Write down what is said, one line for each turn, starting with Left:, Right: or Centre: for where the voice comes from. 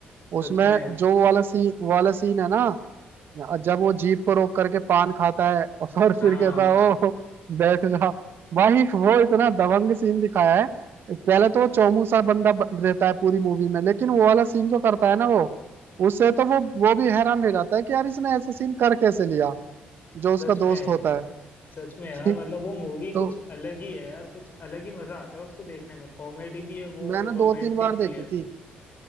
Right: उसमें
Left: सच में
Right: जो वाला सीन वाला सीन है ना हाँ, और जब वो जीप को रोक करके पान खाता है <laughs> और फिर
Left: हाँ
Right: कहता है ओ बैठ जा भाई वो इतना दबंग सीन दिखाया है पहले तो वो चौमू सा बंदा ब- रहता है पूरी मूवी में लेकिन वो वाला सीन जो करता है ना वो उससे तो वो वो भी हैरान रह जाता है कि यार इसने ऐसा सीन कर कैसे लिया जो उसका
Left: सच
Right: दोस्त
Left: में
Right: होता
Left: सच में यार
Right: है
Left: मतलब वो मूवी
Right: <laughs> तो
Left: कुछ अलग ही है यार कुछ अलग ही मजा आता है उसको देखने में कॉमेडी भी है वो
Right: मैंने
Left: रोमांटिक
Right: दो तीन बार
Left: भी
Right: देखी
Left: है
Right: थी